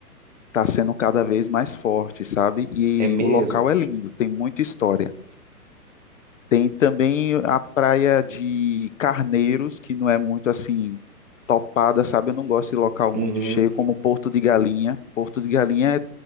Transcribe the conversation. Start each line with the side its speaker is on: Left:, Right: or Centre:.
Left: tá sendo cada vez mais forte, sabe? E
Right: é mesmo?
Left: o local é lindo, tem muita história. Tem também a praia de Carneiros, que não é muito assim topada, sabe? Eu não gosto de local
Right: Uhum.
Left: muito cheio, como Porto de Galinha. Porto de Galinha é